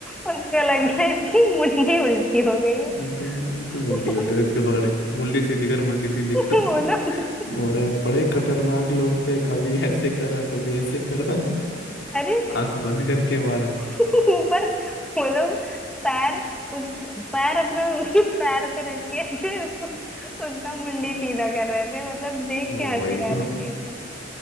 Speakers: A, in the centre; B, on the left (about 85°).
A: उसको लगता है कि मुंडी उल्टी हो गई है
B: मैं तो मैं तो
A: <laughs>
B: मुंडी उल्टे इसके पकड़े मुंडी सीधी कर मुंडी सीधी
A: वो
B: कर
A: लोग
B: और ये बड़े खतरनाक लोग थे कभी ऐसे करा कभी ऐसे करा
A: अरे
B: आंख बंद करके मारा
A: <laughs> ऊपर वो लोग पैर उस पैर अपना उसके पैर पे रख के ऐसे उसको- उसका मुंडी सीधा कर रहे थे मतलब देख
B: वही
A: के हंसी आ
B: तो
A: रही थी